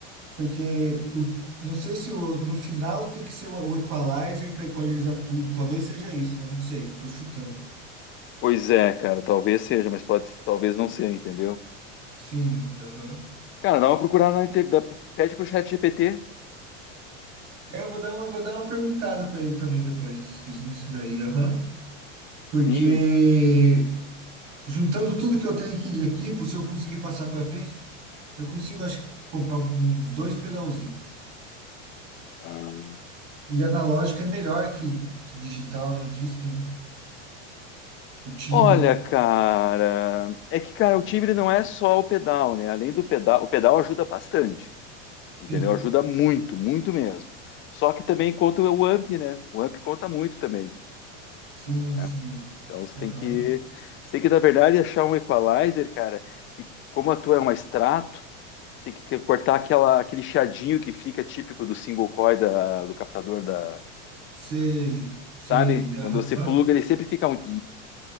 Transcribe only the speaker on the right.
Porque o, não sei se o, no final tem que ser o, o equalizer para equalizar tudo. Talvez seja isso, né? Não sei, tô chutando.
Sim, aham.
É, Eu vou dar uma, vou dar uma perguntada para ele também depois, isso- nisso daí, aham. Porque
juntando tudo que eu tenho aqui de equipo, se eu conseguir passar para frente, eu consigo, acho, que, comprar um- uns dois pedalzinhos.
E analógico é melhor que, que digital, né? Diz que, né? O timbre.
Sim,
sim, sim.
Aham.
Sei, sei.
Aham.